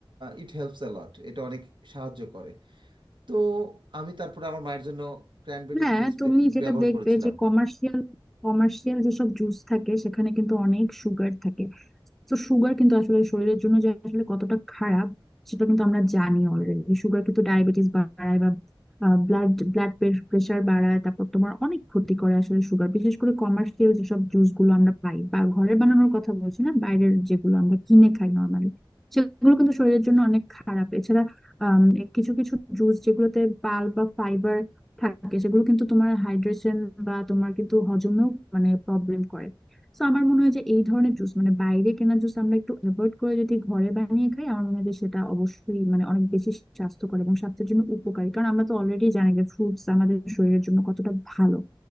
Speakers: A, on the right (about 60°); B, in the centre.
A: ইট হেল্পস অ্যালট এটা অনেক সাহায্য করে তো আমি তারপরে আমার মায়ের জন্য ক্র্যানবেরির
B: হ্যাঁ
A: জুস
B: তুমি যেটা
A: ব্যবহার
B: দেখবে
A: করেছিলাম
B: যে কমার্শিয়াল কমার্শিয়াল যেসব জুস থাকে সেখানে কিন্তু অনেক সুগার থাকে তো সুগার কিন্তু আসলে শরীরের জন্য যে আসলে কতটা খারাপ সেটা কিন্তু আমরা জানি অলরেডি সুগার কিন্তু ডায়াবেটিস বাড়ায় বা ব্লাড ব্লাড প্রেশার বাড়ায় তারপর তোমার অনেক ক্ষতি করে আসলে সুগার বিশেষ করে কমার্শিয়াল যেসব জুস গুলো আমরা পাই বা ঘরে বানানোর কথা বলছি না বাইরের যেগুলো আমরা কিনে খাই নর্মালি সেগুলো কিন্তু শরীরের জন্য অনেক খারাপ এছাড়া আম, কিছু কিছু জুস যেগুলোতে পাল বা ফাইবার থাকে সেগুলো কিন্তু তোমার হাইড্রেশন বা তোমার কিন্তু হজমেও মানে প্রবলেম করে তো আমার মনে হয় যে এই ধরনের জুস মানে বাইরে কেনা জুস আমরা একটু অ্যাভয়েড করে যদি ঘরে বানিয়ে খাই আমার মনে হয় যে সেটা অবশ্যই মানে অনেক বেশি স্বাস্থ্যকর এবং স্বাস্থ্যের জন্য উপকারী কারণ আমরা তো অলরেডি জানি যে ফ্রুটস আমাদের শরীরের জন্য কতটা ভালো